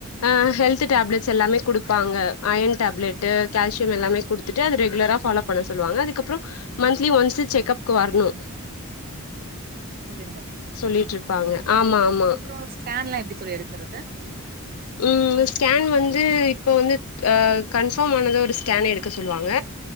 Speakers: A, on the left; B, on the right.
A: ஆ ஹெல்த் ஹெல்த்து டேப்லெட்ஸ் எல்லாமே குடுப்பங்க அயன்டேப்லட்டு கால்சியம் எல்லாமே குடுத்துட்டு அத ரெகுலரா ஃபாலோ பண்ண சொல்லுவாங்க அதுக்கப்றோ மந்த்லி ஒன்ஸ் செக்கப்கு வரணு
B: காங்க தோழி
A: சொல்லிட்ருப்பாங்க
B: போய்ட்டு
A: ஆமா ஆமா
B: அப்றோ ஸ்கேன்லா எப்டி தோழி எடுக்கறது
A: ம் ஸ்கேன் வந்து இப்போ வந்து அ கன்ஃபாம் ஆனது ஒரு ஸ்கேன் எடுக்க சொல்லுவாங்க